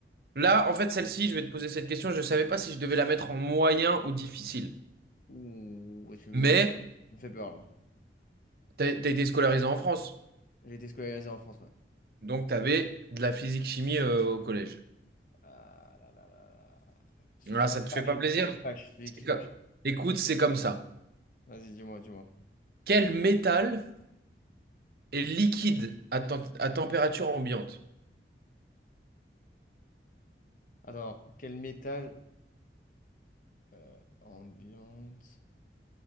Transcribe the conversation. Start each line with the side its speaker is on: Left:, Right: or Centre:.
Right: Là, en fait, celle-ci, je vais te poser cette question. Je ne savais pas si je devais la mettre en moyen ou difficile.
Left: Ouh, ouais, tu me
Right: Mais
Left: fais peur. Tu me fais peur, là.
Right: tu as été scolarisé en France.
Left: J'ai été scolarisé en France, ouais.
Right: Donc, tu avais de la physique-chimie euh, au collège.
Left: Ah là là là là. Sujet
Right: Ah, ça
Left: qui
Right: te
Left: fâche.
Right: fait pas plaisir?
Left: Sujet qui fâche. Sujet
Right: C'est
Left: qui fâche.
Right: comme- Écoute, c'est comme ça.
Left: Vas-y, dis-moi, dis-moi.
Right: Quel métal est liquide à, tem- à température ambiante?
Left: Attends, quel métal euh, ambiante?